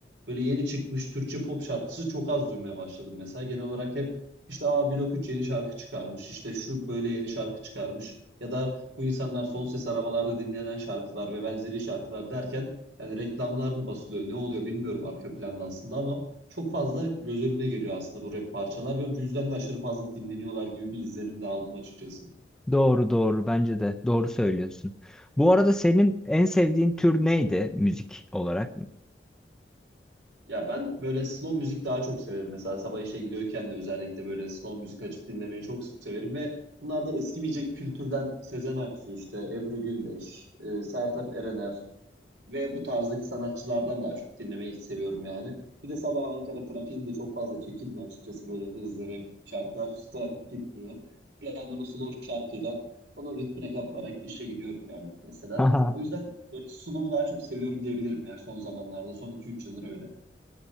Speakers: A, on the right; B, in the centre.
A: böyle yeni çıkmış Türkçe pop şarkısı çok az duymaya başladım mesela. Genel olarak hep işte A Blok 3 yeni şarkı çıkarmış. İşte şu böyle yeni şarkı çıkarmış. Ya da bu insanlar son ses arabalarda dinlenen şarkılar ve benzeri şarkılar derken yani reklamlar mı basılıyor ne oluyor bilmiyorum arka planda aslında ama çok fazla göz önüne geliyor aslında bu rap parçalar ve bu yüzden de aşırı fazla dinleniyorlar gibi bir izlenim de aldım açıkçası.
B: Doğru doğru bence de doğru söylüyorsun. Bu arada senin en sevdiğin tür neydi müzik olarak?
A: Ya ben böyle slow müzik daha çok severim mesela sabah işe gidiyorken de özellikle böyle slow müzik açıp dinlemeyi çok severim ve bunlar da eskimeyecek kültürden Sezen Aksu işte Ebru Gündeş, e, Sertab Erener Ve bu tarzdaki sanatçılardan daha çok dinlemeyi seviyorum yani. Bir de sabah Ankara trafiğinde çok fazla çekilmiyor açıkçası böyle hızlı rap şarkılar. Trafik gitmiyor. Bir yandan o slow şarkıyla onun ritmine kaplarak işe gidiyorum yani mesela.
B: <laughs>
A: O yüzden böyle slow'u daha çok seviyorum diyebilirim yani son zamanlarda. Son iki üç yıldır öyle.